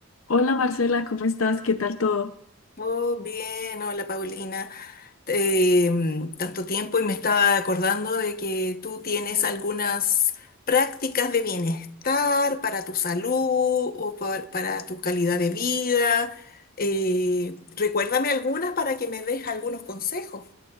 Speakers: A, on the left; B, on the left.
A: Hola Marcela, ¿cómo estás? ¿Qué tal todo?
B: Oh, bien, hola Paulina. Eh, tanto tiempo y me estaba acordando de que tú tienes algunas prácticas de bienestar para tu salud o por- para tu calidad de vida. Eh, recuérdame algunas para que me des algunos consejos,